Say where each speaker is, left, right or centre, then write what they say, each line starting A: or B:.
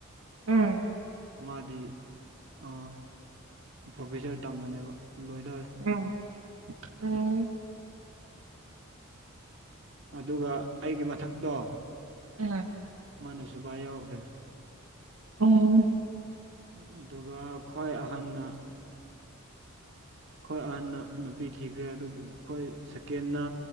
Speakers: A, on the right (about 75°); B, on the right (about 55°).
A: ꯎꯝ
B: ꯃꯥꯗꯤ ꯑ ꯄ꯭ꯔꯣꯐꯦꯁꯔ ꯇꯝꯕꯅꯦꯕ ꯂꯣꯏꯗꫭꯔꯦ
A: ꯎꯝ ꯎꯝ
B: ꯑꯗꯨꯒ ꯑꯩꯒꯤ ꯃꯊꯛꯇꯣ
A: ꯎꯝ
B: ꯃꯥꯅꯁꯨ ꯕꯥ ꯌꯥꯎꯈ꯭ꯔꯦ
A: ꯑꯣ
B: ꯑꯗꯨꯒ ꯈ꯭ꯋꯥꯏ ꯑꯍꯟꯅ ꯈꯋꯥꯏ ꯑꯍꯟꯅ ꯅꯨꯄꯤ ꯊꯤꯈ꯭ꯔꯦ ꯑꯗꯨ ꯑꯩꯈꯣꯏ ꯁꯦꯀꯦꯟꯅ